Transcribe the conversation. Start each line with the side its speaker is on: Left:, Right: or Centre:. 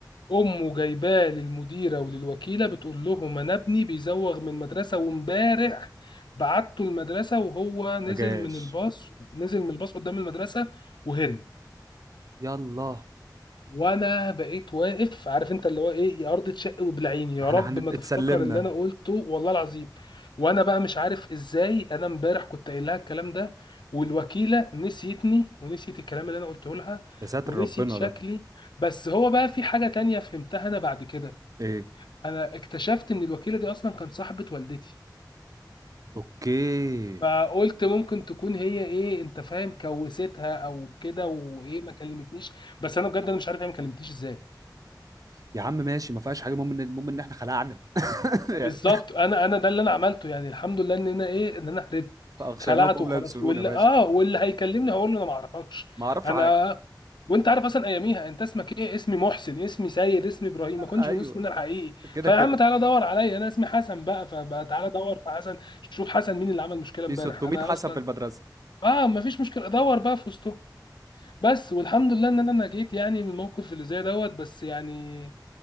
Left: امه جايباه للمديرة وللوكيلة بتقول لهم انا ابني بيزوغ من المدرسة وامبارح بعته المدرسة وهو نزل
Right: ما جاش
Left: من الباص نزل من الباص قدام المدرسة وهرب
Right: يلا
Left: وانا بقيت واقف عارف انت اللي هو ايه يا ارض تشق وبلعيني يا
Right: احنا
Left: رب
Right: هن-
Left: ما تفتكر
Right: اتسلمنا
Left: اللي انا قلته والله العظيم وانا بقى مش عارف ازاي انا امبارح كنت قايل لها الكلام ده والوكيله نسيتني ونسيت الكلام اللي انا قلته لها
Right: يا ساتر
Left: ونسيت
Right: ربنا
Left: شكلي
Right: ده
Left: بس هو بقى في حاجه تانية فهمتها انا بعد كده
Right: ايه
Left: انا اكتشفت ان الوكيله دي اصلا كانت صاحبه والدتي
Right: اوكي
Left: فقلت ممكن تكون هي ايه انت فاهم كوستها او كده وايه ما كلمتنيش بس انا بجد انا مش عارف هي ما كلمتنيش ازاي
Right: يا عم ماشي ما فيهاش حاجه المهم ان المهم ان احنا خلعنا <laughs> يعني
Left: بالظبط انا انا ده اللي انا عملته يعني الحمد لله ان انا ايه ان انا هربت
Right: فاغشيناهم
Left: خلعت
Right: فهم
Left: وخلاص
Right: لا يبصرون
Left: واللي
Right: يا باشا
Left: اه واللي هيكلمني هقول له انا ما اعرفكش
Right: ما اعرفش
Left: انا
Right: حاجه
Left: وانت عارف اصلا اياميها انت اسمك ايه اسمي محسن اسمي سيد اسمي ابراهيم ما كنتش
Right: ايوه
Left: بنقول اسمنا الحقيقي
Right: كده
Left: فيا
Right: كده
Left: عم تعالى دور عليا انا اسمي حسن بقى فبقى تعالى دور في حسن شوف حسن مين اللي عمل مشكله
Right: في
Left: امبارح
Right: 600
Left: انا
Right: حسن
Left: اصلا
Right: في المدرسه
Left: اه ما فيش مشكله دور بقى في وسطهم بس والحمد لله ان انا نجيت يعني من الموقف اللي زي دوت بس يعني